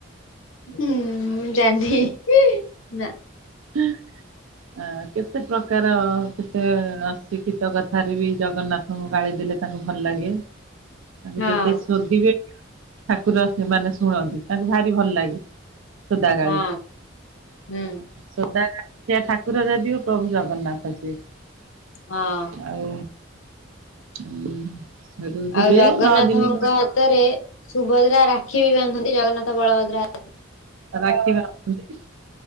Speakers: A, on the left; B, on the right.
A: ଯେ ଜାଣିନେଇ ନାଁ।
B: ହୁଁ ଅ କେତେ ପ୍ରକାର କେତେ ଅଶିକ୍ଷିତ କଥାରେ ବି ଜଗନ୍ନା ଥଙ୍କୁ ଗାଳି ଦେଲେ ତାଙ୍କୁ ଭଲ ଲାଗେ। ତାଙ୍କୁ
A: ହଁ
B: ଯେତେ ଶୋଦିବେ ଠାକୁର ସେମାନେ ଶୁଣନ୍ତି ତାଙ୍କୁ ଭାରି ଭଲ ଲାଗେ। ଶୋଦା ଗାଳି
A: ହଁ ହୁଁ
B: ଶୋଦା ଇଆ ଠାକୁର ଯଦିଓ ପ୍ରଭୁ ଜଗନ୍ନାଥ ସିଏ।
A: ହଁ।
B: ଆଉ ଉଁ ସେଠୁ ଯିବେ
A: ଆଉ ଜଗନ୍ନାଥଙ୍କ
B: ନଅ ଦିନି
A: ହାତରେ ସୁଭଦ୍ରା ରାକ୍ଷୀ ବି ବାନ୍ଧନ୍ତି ଜଗନ୍ନାଥ ବଳଭଦ୍ର ହା
B: ରାକ୍ଷୀ ବାନ୍ଧନ୍ତି।